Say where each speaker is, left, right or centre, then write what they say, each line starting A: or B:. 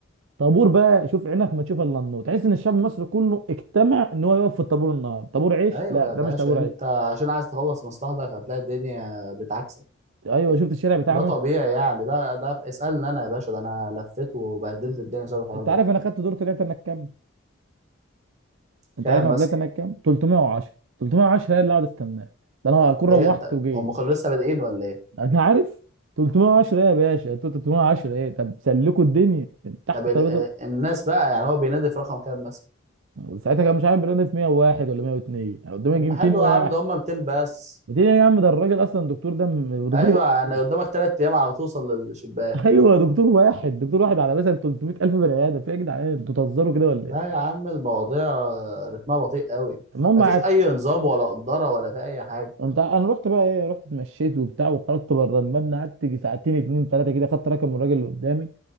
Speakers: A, on the right (about 70°); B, on the right (about 35°).
A: طابور بقى شوف عينك ما تشوف الا النور تحس ان الشعب المصري كله اجتمع ان هو يقف في الطابور النهارده طابور عيش
B: ايوه
A: لا
B: يا
A: ده
B: باشا
A: مش طابور
B: انت
A: عيش
B: عشان عايز تخلص مصلحتك هتلاقي الدنيا بتعكسك
A: ايوه شفت الشارع بتاعنا
B: ده طبيعي يعني ده ده اسألني انا يا باشا ده انا لفيت وبهدلت الدنيا بسبب الحوار
A: انت
B: ده
A: عارف انا خدت دور طلعت انا كام انت
B: كام
A: عارف انا
B: مثلا
A: طلعت انا كام 310 310 هي اللي قاعد استناه ده انا هكون
B: ليه
A: روحت
B: انت
A: وجيت
B: هم كانوا لسه بادئين ولا ايه
A: انا عارف 310 ايه يا باشا انتوا 310 ايه طب سلكوا الدنيا كان تحت
B: طب
A: الترابيزه
B: ال- آه، الناس بقى يعني هو بينادي في رقم كام مثلا
A: ساعتها كان مش عارف بيرانا في 101 ولا 102 أنا قدامي
B: طب
A: يجي
B: ما
A: 200
B: حلو
A: واحد
B: يا عم ده هم 200 بس
A: 200 يا عم ده الراجل اصلا دكتور ده م- دكتور
B: ايوه
A: واحد
B: يعني قدامك ثلاث ايام على ما توصل للشباك
A: <laughs> ايوه دكتور واحد دكتور واحد على مثلا 300000 بني ادم في ايه يا جدعان انتوا بتهزروا كده ولا
B: لا
A: ايه
B: يا عم المواضيع رتمها بطيء قوي
A: المهم
B: مفيش اي نظام ولا قدره ولا في اي حاجه
A: انت انا رحت بقى ايه رحت اتمشيت وبتاع وخرجت بره المبنى قعدت يجي ساعتين اتنين تلاته كده خدت رقم الراجل اللي قدامي